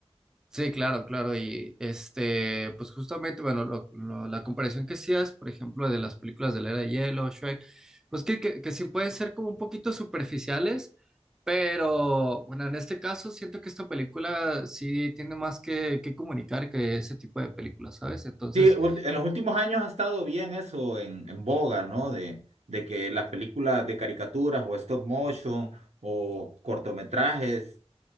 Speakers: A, in the centre; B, on the right.
A: Sí, claro, claro. Y este, pues justamente, bueno, lo- lo- la comparación que hacías, por ejemplo, de las películas de la Era de Hielo, Shrek, pues que, que, que sí pueden ser como un poquito superficiales, pero bueno, en este caso siento que esta película sí tiene más que, que comunicar que ese tipo de películas, ¿sabes? Entonces,
B: Sí, ult- en los últimos años ha estado bien eso en, en boga, ¿no? De, de que las películas de caricaturas o stop motion o cortometrajes